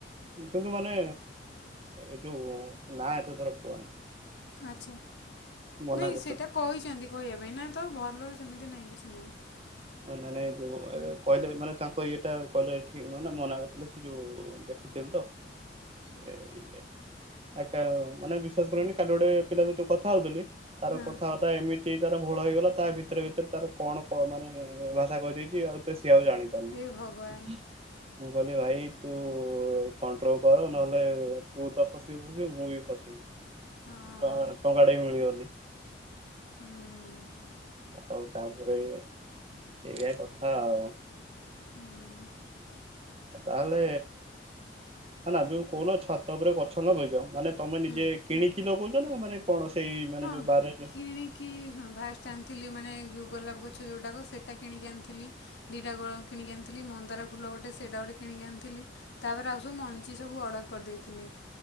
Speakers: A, on the right; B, on the left.
A: ଦେଖନ୍ତୁ ମାନେ ଏ ଯୋଉ ନା ଏତେ ଥର କୁହନା।
B: ଆଚ୍ଛା
A: ମନା
B: ନାଇଁ
A: କରିଦେଲେ।
B: ସେଇଟା କହିଛନ୍ତି କହିବା ପାଇଁ ନା ତ ଭଲ ସେମିତି ନାହିଁ କିଛି ନାହିଁ।
A: ନା ନା ନାଇଁ ଯୋଉ କହିଲେ ମାନେ ତାଙ୍କ ଇଏଟା କହିଲେ ଠିକ ନୁହେଁ ନା ମନା କରିଥିଲେ ସେ ଯୋଉ ଦେ ରଖିଥିଲୁ ତ ସେ ଇଏ ଆକା ମାନେ ବିଶ୍ଵାସ କରିବନି କାଲି ଗୋଟେ ପିଲା ସହିତ କଥା ହଉଥିଲି ତାର
B: ହଁ
A: କଥାବାର୍ତ୍ତା ଏମିତି ତାର ଭୋଳ ହେଇଗଲା ତା ଭିତରେ ଭିତରେ ତାର କଣ କ ମାନେ ଭାଷା କହିଦେଇଛି ଆଉ ତ ସେ ସିଏ ଆଉ ଜାଣ ପାରନି।
B: ଏ ଭଗବାନ
A: ମୁଁ କଇଲି ଭାଇ ତୁ କଣ୍ଟ୍ରୋଲ କର ନହେଲେ ତୁ ତ ଫସିବୁ ଫସିବୁ ମୁଁ ବି ଫସିବି।
B: ହଁ
A: ଟ ଟଙ୍କାଟେ ବି ମିଳିବନି।
B: ହୁଁ
A: ଆଉ ତାପରେ ଏଇଆ କଥା ଆଉ।
B: ହୁଁ।
A: ତାହେଲେ ନା ନା ଯୋଉ କଉନ ଛାତ ଉପରେ ଗଛ ଲଗେଇଚ ମାନେ ତମେ ନିଜେ
B: ହୁଁ
A: କିଣିକି ଲଗଉଛ ନା ମାନେ କଣ ସେଇ ମାନେ
B: ହଁ
A: ଯୋଉ ବାରେ
B: କିଣିକି ଫାଷ୍ଟ ଆଣ ଥିଲି ମାନେ ଯୋଉ ଗୋଲାପ ଗଛ ଯେଉଟାକ ସେଟା କିଣିକି ଆଣିଥିଲି। ଦିଟାଗ କିଣିକି ଆଣିଥିଲି ମନ୍ଦାର ଫୁଲ ଗୋଟେ ସେଟା ଗୋଟେ କିଣିକି ଆଣିଥିଲି ତାପରେ ଆଉ ସବୁ ମଞ୍ଜି ସବୁ ଅର୍ଡ଼ର କରିଦେଇଥିଲି।